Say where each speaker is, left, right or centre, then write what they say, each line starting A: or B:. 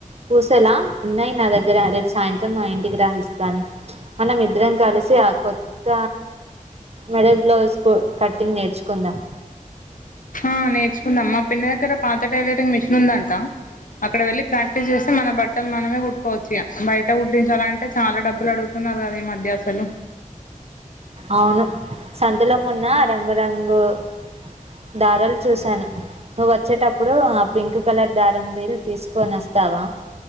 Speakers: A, on the right; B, on the left.
A: పూసేలా ఉన్నాయి నా దగ్గర రేపు సాయంత్రం నా ఇంటికి రా యిస్తాను. మనం ఇద్దరం కలిసి ఆ కొత్త మెడల్ బ్లౌజ్ కు కట్టింగ్ నేర్చుకుందాం.
B: ఆ నేర్చుకుందాం. మా పిన్న దగ్గర పాత టైలరింగ్ మిషన్ ఉందంట. అక్కడ వెళ్ళి ప్రాక్టీస్ చేస్తే మన బట్టలు మనమే కుట్కోవచ్చు. బయట కుట్టించాలంటే చాలా డబ్బులు అడుగుతున్నారు. కదా ఈ మధ్య అసలు.
A: అవును సంతల మొన్న రంగురంగు ను దారాలు చూసాను నువ్వు వచ్చేటప్పుడు ఆ పింక్ కలర్ దారం ల్ తీసుకొని వస్తావా